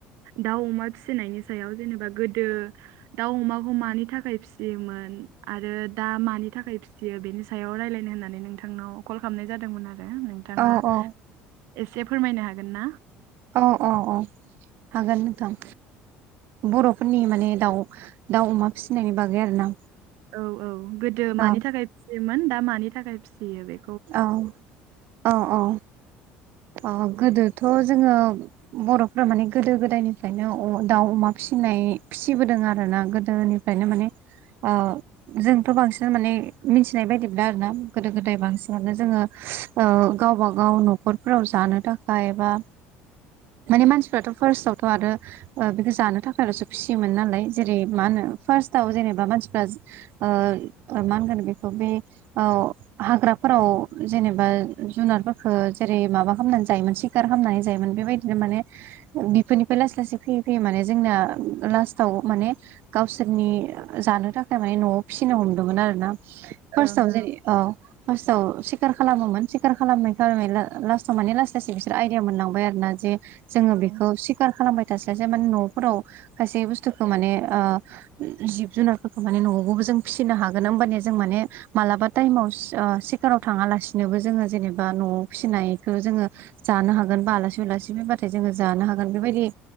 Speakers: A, on the right; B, on the right.
A: दाउ अमा फिसिनायनि सायाव जेनेबा गोदो दाउ अमाखौ मानि थाखाय फिसियोमोन आरो दा मानि थाखाय फि सियो बेनि सायाव रायलायनो होननानै नोंथांनाव कल खालामनाय जादोंमोन आरो नोंथाङा
B: औ औ
A: एसे फोरमायनो हागोनना?
B: अ अ हागोन नोंथां। बर'फोरनि माने दाउ दाउ अमा फिसिनायनि बागै आरोना
A: औ औ गोदो मानि
B: औ
A: थाखाय फिसियोमोन दा मानि थाखाय फिसियो बे
B: औ अ अ
A: औ
B: गोदोथ' जोङो बर'फोरा माने गोदो गोदायनिफ्रायनो अ दाउ अमा फिसिनाय फिसिबोदों आरोना गोदोनि खायनो माने अ जोंथ' बांसिन माने मिथिनाय बायदिब्ला आरोना गोदो गोदाय बांसि नांनो जोङो ओ गावबा गाव नखरफोराव जानो थाखाय एबा माने मानसिफ्राथ' फार्स्टआवथ' आरो ओ बेखौ जानो थाखायल'सो फिसियोमोन नालाय जेरै मा होनो फार्स्टआव जेनेबा मानसिफ्रा ओ ओ मा होनगोन बेखौ बे औ हाग्रा फोराव जेनेबा जुनारफोरखो जेरै माबा खामनानै जायोमोन सिकार खामनानै जायोमोन बेबायदिनो माने बिफोरनिफ्राय लासै लासै फैयै फैयै माने जोंना लास्टाव माने गावसोरनि जानो थाखाय माने न'वाव फिसिनो हमदोंमोन आरोना। फार्स्टआव
A: ओं
B: जेरै ओ फार्स्टआव सिकार खालामोमोन सिकार खालामै खालामै ला लास्टाव माने लासै लासै बिसोर आइदिया मोनलांबाय आरोना जे जोङो
A: ओं
B: बेखौ सिकार खालामबाय थास्लास्लाय माने न'फोराव खायसे बुस्थुखो माने ओ जिब जुनारफोरखौ माने न'वावबो जों फिसिनो हागोन ओमबानिया जों माने मालाबा टाइमाव ओ सिकाराव थाङालासिनोबो जोङो जेनेबा न'वाव फिसिनायखो जोङो जानो हागोन बा आलासि उलासि फायबाथाय जोङो जानो हागोन बेबायदि